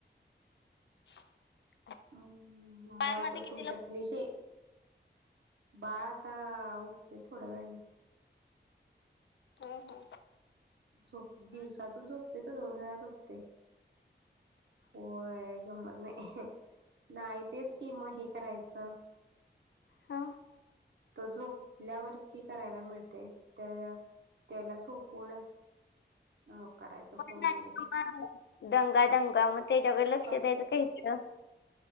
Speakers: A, on the left; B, on the right.
A: <inaudible>
B: हम्
A: पायामध्ये
B: मग
A: किती
B: तुमच्यातलीच शे बाळा आता उठते थोड्या वेळानी.
A: हो हो
B: झोप दिवसातून झोपते तर दोन वेळा झोपते. होय गंमत नाही <unintelligible> नाही तेच की मग हे करायचं
A: हा
B: तर झोपल्यावरच क करायला मिळतय त्या त्याला झोपूनच. मग करायचं फोन
A: नाही
B: वगैरे
A: मग दंगा दंगा मग त्याच्याकडे लक्ष
B: क
A: द्यायचं इतल